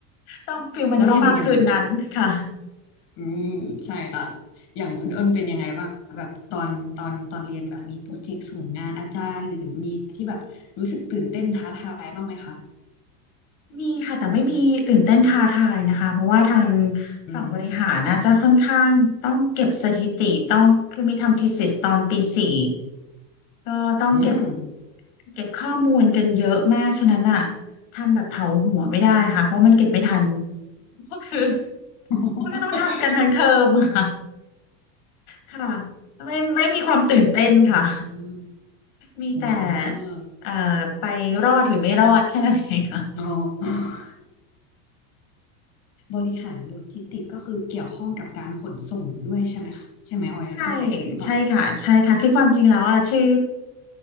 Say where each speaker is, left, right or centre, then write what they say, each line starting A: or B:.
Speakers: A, on the left (about 55°); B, on the left (about 35°).
A: ต้องฟิลมันจะต้องมาคืนนั้นค่ะ
B: แล้วอย่างอย่างอืมใช่ค่ะ อย่างคุณอ้นเป็นยังไงบ้างแบบตอนตอนตอนเรียนแบบมีโปรเจกต์ส่งงานอาจารย์หรือมีที่แบบรู้สึกตื่นเต้นท้าทายบ้างไหมคะ
A: มีค่ะแต่ไม่มีตื่นเต้นท้าทายนะคะเพราะว่าทาง
B: อืม
A: ฝั่งบริหารน่าจะค่อนข้างต้องเก็บสถิติต้องคือมีทำ thesis ตอนปีสี่ก็ต้องเก็บ
B: อืม
A: เก็บข้อมูลกันเยอะมากฉะนั้นอะทำแบบเผาหัวไม่ได้ค่ะเพราะมันเก็บไม่ทันก็คือ
B: <laughs>
A: มันก็ต้องทำกันทั้งเทอมค่ะค่ะไม่ไม่มีความตื่นเต้นค่ะ
B: อืม <laughs>
A: มีแต่
B: อืม <laughs>
A: เอ่อไปรอดหรือไม่รอดแค่นั้นเอง
B: อ๋อ บริหารโลจิสติกก็คือเกี่ยวข้องกับการขนส่งด้วยใช่ไหมคะใช่ไหมออยเข้าใจถูกหรือเปล่า
A: ใช่ใช่ค่ะใช่ค่ะคือความจริงแล้วอ่ะชื่อ